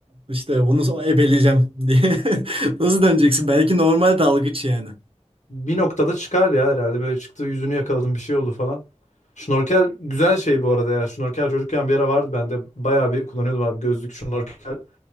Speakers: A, on the right; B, on the left.
A: işte bunu so, ebeleyeceğim diye <laughs> nasıl döneceksin? Belki normal dalgıç yani.
B: Bir noktada çıkar ya herhalde böyle çıktı yüzünü yakaladım bir şey oldu falan. Şnorkel güzel şey bu arada ya. Şnorkel çocukken bir ara vardı bende. Bayağı bir kullanıyordum abi. Gözlük şnorkel